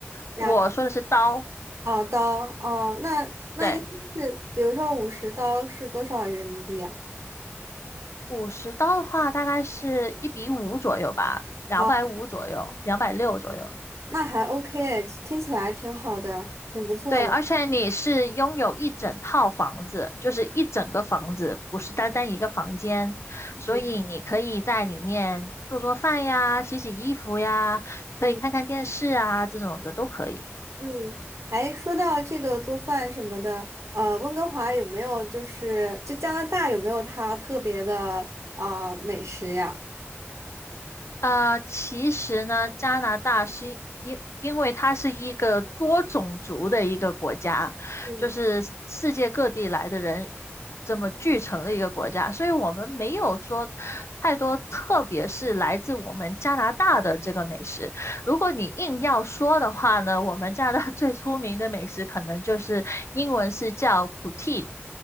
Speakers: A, on the left; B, on the right.
A: 我说的是刀，
B: 加哦刀哦？那那应该是，
A: 对，
B: 比如说五十刀是多少人民币啊？
A: 五十刀的话大概是一比五左右吧，两百五左右，
B: 哦，
A: 两百六左右。
B: 那还 OK，听起来挺好的，挺不错的。
A: 对，而且你是拥有一整套房子，就是一整个房子，不是单单一个房间，所以你可以在里面做做饭呀，
B: 嗯
A: 洗洗衣服呀，
B: 嗯
A: 可以看看电视啊，这种的都可以。
B: 嗯，哎，说到这个做饭什么的，呃，温哥华有没有就是就加拿大有没有它特别的啊、美食呀？
A: 呃，其实呢，加拿大是因因为它是一个多种族的一个国家，
B: 嗯，
A: 就是世界各地来的人这么聚成的一个国家，所以我们没有说太多，特别是来自我们加拿大的这个美食。如果你硬要说的话呢，我们加拿大 <laughs> 最出名的美食可能就是英文是叫 poutine，